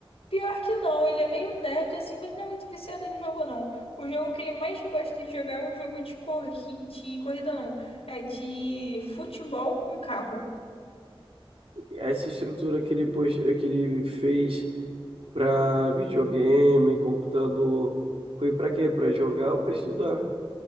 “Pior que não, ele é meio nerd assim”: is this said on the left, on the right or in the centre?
Left